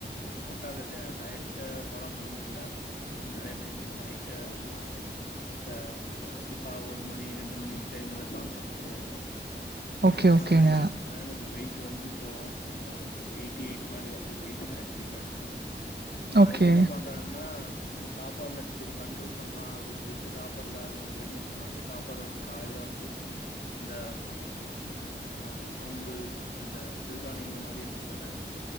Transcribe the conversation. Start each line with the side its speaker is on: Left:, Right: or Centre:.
Left: கரெக்டா <unintelligible> டயட்டு ஃபாலோ பண்ண முடில தோ நெறைய டைம் இந்த நைட்டு அண்ணா த ஆ இப்பிடி ஒரு மணி ரெண்டு மணி டைம்ல சாப்பற மாரி ஆயிரும் ஆஹ்
Right: ஓகே
Left: இதுனால
Right: ஓகேங்க
Left: என்னாச்சுனா எனக்கு வெயிட் இது வந்து இப்போது எயிட்டி எயிட் மாரி வந்து வெயிட் அதிகமாகிடுச்சு ஆஹ்
Right: ஓகே
Left: இப்ப என்ன பண்றேன்னா அ சாப்பாடுல சரி கண்ட்ரோல் பண்ணலா அப்டின்னு சொல்லிட்டு சாப்பாடுல ரெடியூஸ் பண்ணலாட்டு சாப்பாடு வந்து காலையில வந்து இந்த ஹ் கம்பு இந்த சிறுதானியங்க மாரி எடுத்துக்குறேன்